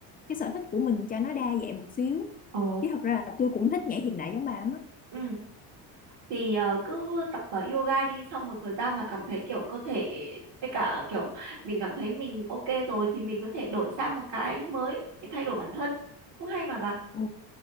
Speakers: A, on the left; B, on the right.
A: cái sở thích của mình cho nó đa dạng một xíu
B: ồ
A: chứ thật ra là tôi cũng thích nhảy hiện đại giống bà lắm á.
B: ừ thì ờ, cứ tập ờ, yoga đi sau một thời gian mà cảm thấy kiểu cơ thể với cả kiểu mình cảm thấy mình ok rồi thì mình có thể đổi sang một cái mới để thay đổi bản thân cũng hay mà bà
A: Ừ.